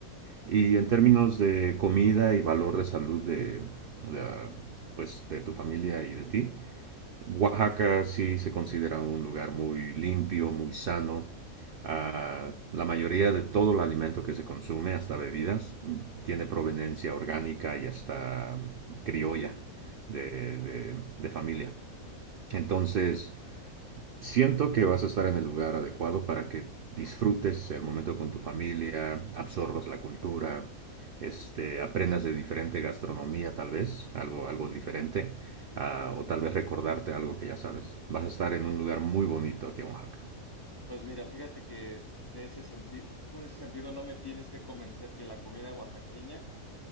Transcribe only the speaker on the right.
Y en términos de comida y valor de salud de, de, ah, pues, de tu familia y de ti, Oaxaca sí se considera un lugar muy limpio, muy sano. Ah, la mayoría de todo el alimento que se consume, hasta bebidas, m- tiene proveniencia orgánica y hasta mm, criolla de, de- de familia. Entonces, Siento que vas a estar en el lugar adecuado para que disfrutes el momento con tu familia, absorbas la cultura, este, aprendas de diferente gastronomía, tal vez, algo, algo diferente, ah, o tal vez recordarte algo que ya sabes. Vas a estar en un lugar muy bonito aquí en Oaxaca.